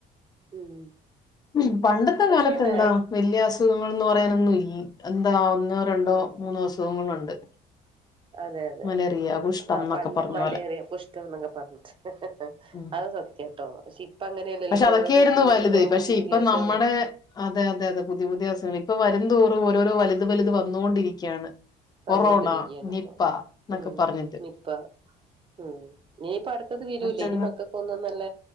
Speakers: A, on the right; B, on the left.
A: ഉം
B: ഉം പണ്ടെത്തെ
A: പക്ഷേ
B: കാലത്തെന്താ
A: ന
B: വെല്യ അസ് അസുഖങ്ങളെന്ന് പറയാനൊന്നുൽ എന്താ ഒന്നോ രണ്ടോ
A: ഉം
B: മൂന്നോ അസുഖങ്ങളുണ്ട്.
A: അതെ യതെ
B: മലേറിയ
A: യതെ
B: കുഷ്ഠം
A: ആഹ്
B: എന്നൊക്കെ
A: പണ്ട്
B: പറഞ്ഞ
A: മലേറിയ,
B: പോലെ
A: കുഷ്ടം ന്നൊക്കെ പർഞ്ഞ്ട്ട്
B: ഉം.
A: അത് സത്യാ ട്ടോ പക്ഷെ ഇപ്പങ്ങനെയല്ലല്ലോ
B: പക്ഷെ
A: ഇപ്പൊ
B: അതൊക്കെയായിരുന്നു
A: രോ ദിവസം ചെല്ലും
B: വലുത്
A: തോറും
B: പക്ഷെ
A: പുതിയ പുതിയ
B: ഇപ്പൊ
A: അസുഖങ്ങളാ
B: നമ്മുടെ അതെ അതെ അതെ പുത്യേ പുത്യേ അസുഖങ്ങള് ഇപ്പൊ വരുംന്തോറും ഓരോരോ വല്ത് വല്ത് വന്നോണ്ടിരിക്ക്യാണ്.
A: തന്നോണ്ടിരിക്കയാണ്
B: കൊറോണ, നിപ്പ
A: ഇപ്പൊ
B: ന്നൊക്കെ
A: ഉം
B: പർഞ്ഞിട്ട്.
A: നിപ്പ ഉം ഇനിയിപ്പട്ത്തത് വെരൂലെ
B: ചെന്ന്
A: ഇനി മക്ക ക്കൊന്നും നല്ല